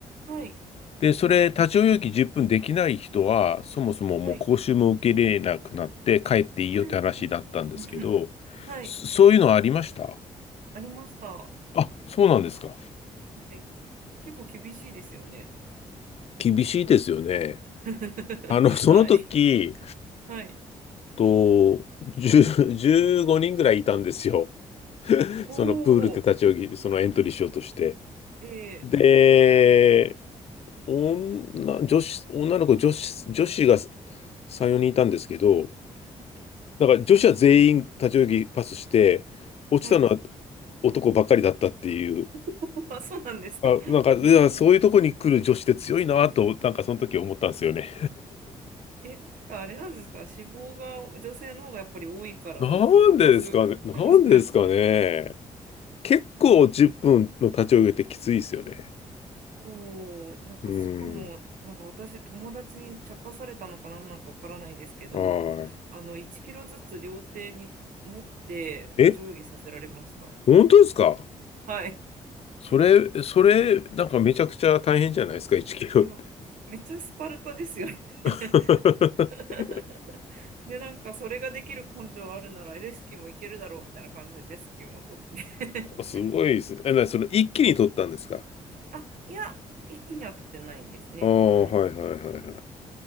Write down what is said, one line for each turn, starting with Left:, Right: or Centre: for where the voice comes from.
Right: うん。はい。
Left: で、それ、立ち泳ぎ10分できない人は、そもそももう講習も受け入れなくなって帰っていいよって話だったんですけど、
Right: はい。うんうん。うんうんはい。
Left: そそういうのはありました
Right: ありました。は
Left: あ、そうなんですか。
Right: い。結構厳しいですよね。
Left: 厳しいですよね。
Right: <laughs>
Left: あの、その時、
Right: はい。はい。
Left: と、10 15人ぐらいいたんですよ。
Right: お
Left: そのプールって立ち泳ぎ、
Right: お、
Left: そのエントリーしようとして。
Right: ええ
Left: で、女、女子、女の子、女子、女子が3、4人いたんですけど、
Right: はい。
Left: だから女子は全員立ち泳ぎパスして、落ちたのは
Right: はい
Left: 男ばっかりだったっていう。
Right: <laughs> あ、そうなんですか。
Left: あ、なんか、いやそういうとこに来る女子って強いなと、
Right: え
Left: なんかその時思ったんですよね。
Right: ええ、なんかあれなんですか脂肪が女性の方がやっぱり多いから浮くとかそういうことですかね。
Left: <laughs> なんでですかね、なんでですかね。結構10分の立ち上げってきついですよね。
Right: そう、なんかしかも、
Left: うん。
Right: なんか私友達に茶化されたのかなんなのかわからないですけど、
Left: は
Right: あの、1キロずつ両手に持って立ち泳ぎさせられました。
Left: い。え、本当ですか
Right: はい。
Left: それ、それ、なんかめちゃくちゃ大変じゃないですか、1キロって。
Right: いや、めっちゃスパルタですよね。
Left: <laughs>
Right: <laughs> で、なんかそれができる根性あるならレスキューもいけるだろうみたいな感じでレスキューも取って
Left: すごいですね。え、な、その一気に取ったんですか
Right: <laughs> あ、いや、一気には取ってないですね。
Left: ああ、
Right: うん。
Left: はいはいはいはい。